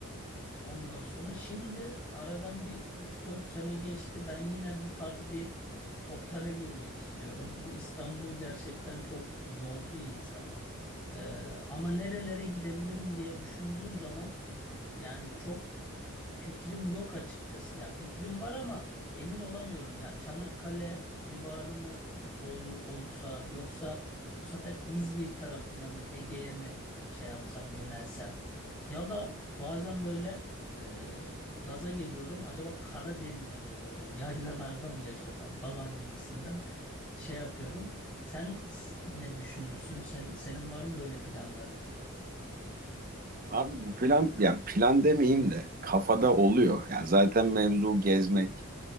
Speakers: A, on the left (about 15°); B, on the right (about 40°).
A: Ondan sonra şimdi aradan bir üç dört sene geçti. Ben yine bu tarz bir toplara girmek istiyorum. Bu İstanbul gerçekten çok yordu insanı. Ee, ama nerelere gidebilirim diye düşündüğüm zaman yani çok fikrim yok açıkçası. Ya fikrim var ama emin olamıyorum. Ya Çanakkale civarı mı olur olsa yoksa bu sefer İzmir tarafına mı Ege'ye mi şey yapsam yönelsem ya da Bazen böyle e, gaza geliyorum. Acaba Karadeniz'e mi böyle yaylalarda mı yaşasam falan gibisinden şey yapıyorum. Sen s- ne düşünürsün? Sen senin var mı böyle planların?
B: Abi bu plan ya plan demeyeyim de kafada oluyor. Yani zaten mevzu gezmek,